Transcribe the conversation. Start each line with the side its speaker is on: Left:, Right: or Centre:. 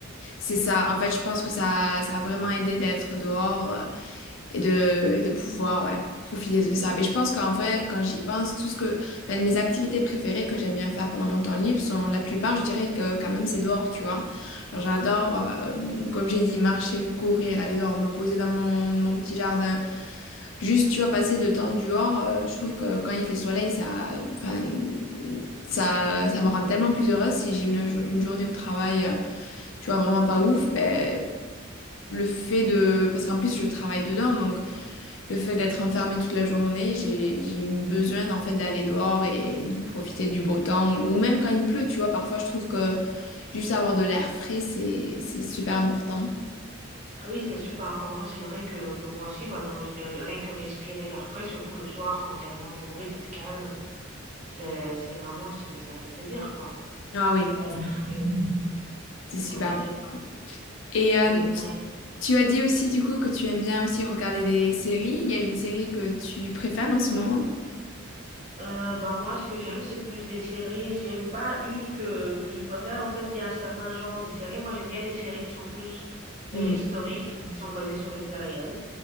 Left: C'est ça. En fait, je pense que ça, ça a vraiment aidé d'être dehors. euh, et de, et de pouvoir ouais, profiter de ça. Mais je pense qu'en vrai, quand j'y pense, tout ce que, enfin, mes activités préférées que j'aime bien faire pendant mon temps libre sont la plupart, je dirais que quand même c'est dehors, tu vois. Genre j'adore, euh, comme j'ai dit, marcher, courir, aller dehors, me poser dans mon, mon petit jardin. Juste, tu vois, passer le temps dehors, euh, je trouve que quand il fait soleil, ça, enfin, ça, ça me rend tellement plus heureuse si j'ai une, jo- une journée au travail, euh, tu vois, vraiment pas ouf, ben, le fait de... Parce qu'en plus, je travaille dedans, donc le fait d'être enfermée toute la journée, j'ai j'ai eu besoin en fait d'aller dehors et du profiter du beau temps ou même quand il pleut, tu vois, parfois je trouve que juste avoir de l'air frais, c'est c'est super important.
Right: Ah oui, c'est super important. C'est vrai que, que moi aussi, par exemple, j'ai- rien que respirer l'air frais, surtout le soir, quand il y a moins de bruit, ça se calme. C'est, c'est vraiment, c'est- ça fait plaisir, quoi.
Left: Ah oui,
Right: Voilà. l'air oui.
Left: c'est
Right: On
Left: super
Right: peut aérer.
Left: important. Et euh,
Right: Du coup, moi,
Left: tu as dit aussi du coup que tu aimes bien aussi regarder des séries. Il y a une série que tu préfères en ce moment?
Right: euh, bah, moi, ce que j'aime, c'est plus des séries. J'ai pas une que, que je préfère. En fait, il y a un certain genre de séries. Moi, j'aime bien les séries qui sont plus
Left: Hmm,
Right: euh, historiques, qui sont basées sur les faits réels.